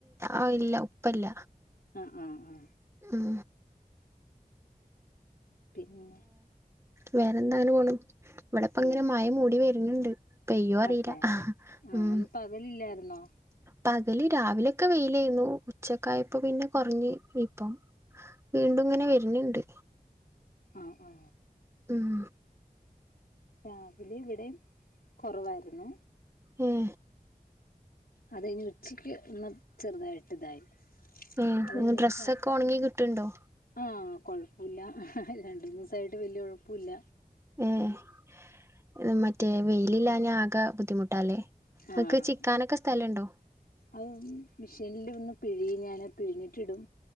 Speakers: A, on the right; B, on the left.
A: ആ ഇല്ല ഉപ്പല്ല
B: ആ ആ ആ
A: ഉം
B: പിന്നെ
A: വേറെന്താ ങ്ങനോണ് ഇവിടിപ്പനിങ്ങനെ
B: ഉം
A: മഴ മൂടി വരുന്നുണ്ട് പെയ്യോ അറിയില്ല
B: അതെ ആ
A: ഉം
B: ഇന്ന് പകലില്ലായിരുന്നോ
A: പകല് രാവിലൊക്കെ വെയിലായിരുന്നു ഉച്ചക്കായപ്പം പിന്നെ കൊറിഞ്ഞ് ഇപ്പം വീണ്ടും ഇങ്ങനെ വര്ണ് ണ്ട്
B: ആ ആ
A: ഉം
B: ആ രാവിലെ ഇവിടേം കുറവായിരുന്നു
A: ഉം
B: അത് കഴിഞ്ഞ് ഉച്ചയ്ക്കെ ഒന്നാ ചെറുതായിട്ട് ഇതായി
A: ഏഹ്
B: അതെ എനിക്ക്
A: ഡ്രസ്സൊക്കെ ഒണങ്ങി കിട്ടുണ്ടോ?
B: ആ കൊഴപ്പം ഇല്ല രണ്ടുമൂന്നു ദിവസായിട്ട് വലിയ കുഴപ്പമില്ല
A: ഏ മറ്റേ വെയിലില്ലാഞ്ഞാകെ ബുദ്ധിമുട്ടാല്ലേ
B: ആഹ്
A: നിക്ക് ചിക്കാനൊക്കെ സ്ഥലോ ണ്ടോ
B: അത് മെഷീനില് ഒന്ന് പിഴുകി ഞാനെ പിഴിഞ്ഞിട്ടിടും